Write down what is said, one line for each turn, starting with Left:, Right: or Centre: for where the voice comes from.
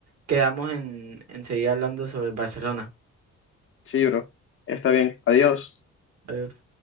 Right: quedamos en, en seguir hablando sobre el Barcelona.
Left: Sí, bro. Está bien. Adiós.
Right: Adiós.